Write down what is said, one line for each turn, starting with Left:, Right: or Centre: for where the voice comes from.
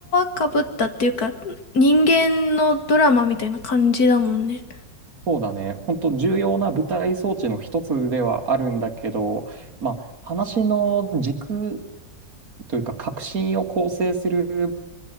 Left: かぶったっていうか人間のドラマみたいな感じだもんね。
Right: そうだね、本当重要な舞台装置の一つではあるんだけど、まあ、話の軸というか、革新を構成する